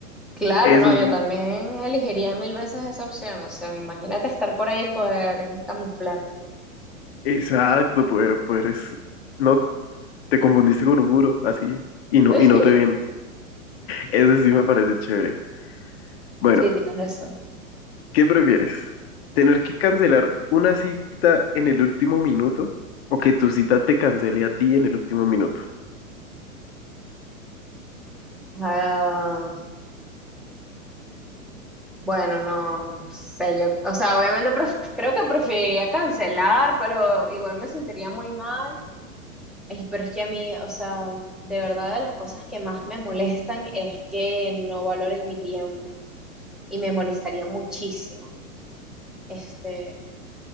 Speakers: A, in the centre; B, on the left (about 45°).
A: Claro,
B: Eso
A: no,
B: sí,
A: yo también elegiría mil veces esa opción. O sea, imagínate estar por ahí y poder camuflarte.
B: exacto, poder, poder es, no, te confundiste con un muro, así, y no,
A: <laughs>
B: y no te ven. Eso sí me parece chévere. Bueno,
A: Sí, tienes razón.
B: ¿qué prefieres? ¿Tener que cancelar una cita en el último minuto o que tu cita te cancele a ti en el último minuto?
A: Ah, Bueno, no sé, yo, o sea, obviamente pref- creo que preferiría cancelar, pero igual me sentiría muy mal. Ey, pero es que a mí, o sea, de verdad de las cosas que más me molestan es que no valoren mi tiempo y me molestaría muchísimo. Este,